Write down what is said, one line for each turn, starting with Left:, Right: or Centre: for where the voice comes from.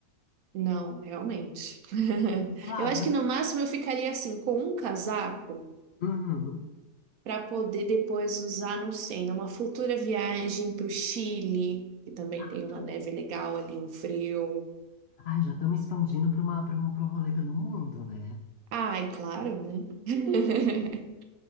Right: Não, realmente. <laughs>
Left: Claro,
Right: Eu acho
Left: você.
Right: que no máximo eu ficaria assim com um casaco
Left: Uhum.
Right: para poder depois usar, não sei, numa futura viagem para o Chile, que também
Left: Ah,
Right: tem uma neve legal ali, um frio.
Left: ai, já estamos expandindo para uma, para um, para um rolê pelo mundo, né?
Right: Ai, claro, né? <laughs>